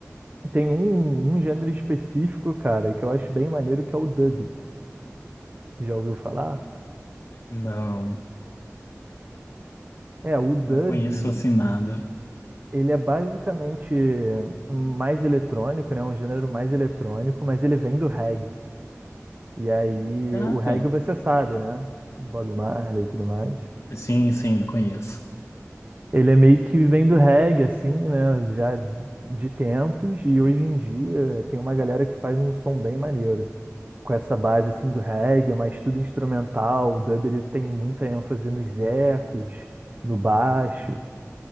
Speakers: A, on the right; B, on the left.
A: Tem um, um gênero específico, cara, que eu acho bem maneiro, que é o dub. Já ouviu falar?
B: Não,
A: É, o dub,
B: não conheço assim nada.
A: ele é basicamente mais eletrônico, né? Um gênero mais eletrônico, mas ele vem do reggae. E aí,
B: Caraca.
A: o reggae você sabe, né? Bob Marley e tudo mais.
B: Sim, sim, conheço.
A: Ele é meio que vivendo reggae, assim, né? Já de tempos, e hoje em dia tem uma galera que faz um som bem maneiro. Com essa base, assim, do reggae, mas tudo instrumental. O dub, ele tem muita ênfase nos ecos, no baixo.